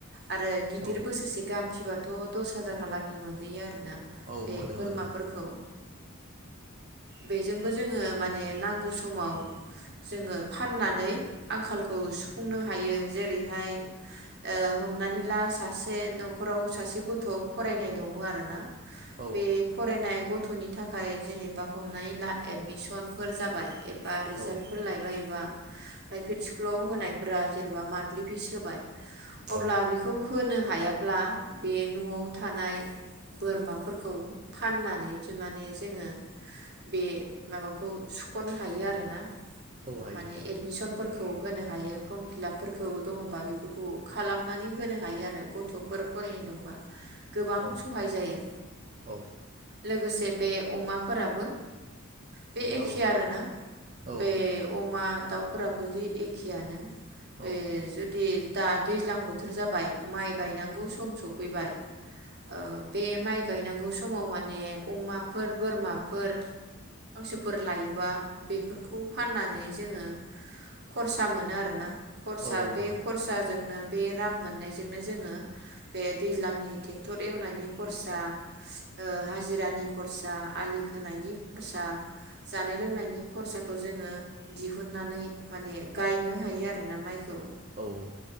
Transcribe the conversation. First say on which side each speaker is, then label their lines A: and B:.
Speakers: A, on the right; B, on the right.
A: आरो गिदिर
B: औ
A: बोसोरसे गाहाम फिबाथ' दस हाजारहालागि मोनहैयो आरो ना
B: औ
A: बे
B: मोनो
A: बोरमाफोरखौ।
B: मोनो
A: बेजोंबो ज जोङो माने नांगौ समाव जोङो फाननानै आंखालखौ सुफुंनो हायो। जेरैहाय ओ हमनानै ला सासे न'खराव सासे गथ' फरायनाय दङ आरोना
B: औ
A: बे फरायनाय गथ गथ'नि थाखाय जेनेबा हमनानै ला एडमिसनफोर जाबाय एबा रिजाल्टफोर
B: औ
A: लायबाय बा प्राइभेट स्कुलाव होनायफोरा जेनेबा मान्टलि फिस होबाय
B: औ
A: अब्ला बेखौ होनो हायाब्ला बे न'आव थानाय बोरमाफोरखौ फाननानै जो माने जोङो बे माबाखौ सुख'नो हायो आरोना।
B: हायो
A: माने एदमिसनफोर खौ होनो हायो फर्म फिलापफोरखौ दङबा बेफोरखौ खालामनानै होनो हायो आरो गथ'फोर फरायनाय दंबा। गोबां
B: औ
A: सहाय जायो
B: औ
A: लोगोसे बे अमाफोराबो बे
B: औ
A: एखे आरोना
B: औ
A: बे अमा, दाउ फोराबोदि एखेआनो।
B: औ
A: बे जुदि दा दैज्लां बोथोर जाबाय माइ गायनांगौ सम सफैबाय ओ बे माइ गायनांगौ समाव माने अमाफोर बोरमाफोर हांसोफोर लायोबा बेफोरखौ फाननानै जोङो खरसा मोनो आरोना। खरसा
B: औ
A: बे
B: मोनो औ
A: खरसाजोंनो बे रां मोननायजोंनो जोङो बे दैज्लांनि टेक्टर एवनायनि खरसा, ओ हाजिरानि खरसा, आलि खोनायनि खरसा जानाय लोंनायनि खरसाखौ जोङो दिहुननानै माने गायनो हायो आरोना माइखौ।
B: औ।